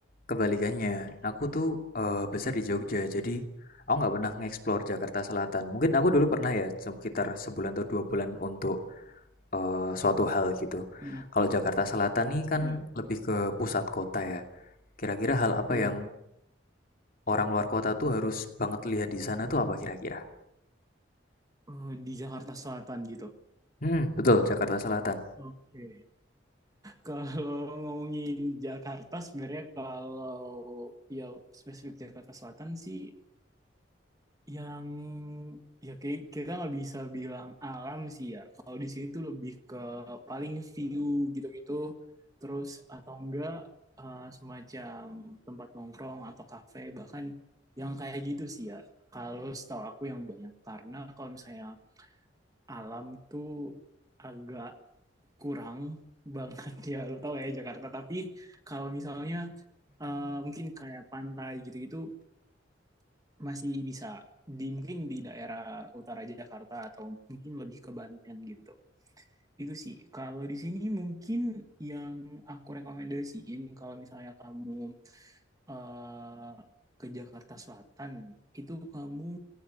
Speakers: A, on the left; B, on the right.
A: kebalikannya. Aku tuh eh, besar
B: Oke.
A: di Jogja, jadi aku nggak pernah nge-explore Jakarta Selatan. Mungkin aku dulu pernah ya, sekitar sebulan atau dua bulan untuk eh, suatu hal gitu.
B: Hmm,
A: Kalau Jakarta Selatan nih kan
B: iya,
A: lebih ke pusat kota ya. Kira-kira hal apa
B: iya.
A: yang orang luar kota tuh harus banget lihat di sana tuh apa kira-kira?
B: Eh, di Jakarta Selatan gitu.
A: Hmm, betul, Jakarta Selatan.
B: Oke. Kalau ngomongin Jakarta sebenarnya kalau ya spesifik Jakarta Selatan sih yang ya kayak kita nggak bisa bilang alam sih ya. Kalau di sini tuh lebih ke paling view gitu-gitu terus atau enggak eh, semacam tempat nongkrong atau kafe bahkan yang kayak gitu sih ya. Kalau setahu aku yang banyak karena kalau misalnya alam tuh agak kurang banget ya lo tau ya Jakarta tapi kalau misalnya eh, mungkin kayak pantai gitu-gitu masih bisa di mungkin di daerah utara Jakarta atau mungkin lebih ke Banten gitu itu sih kalau di sini mungkin yang aku rekomendasiin kalau misalnya kamu eh, ke Jakarta Selatan itu kamu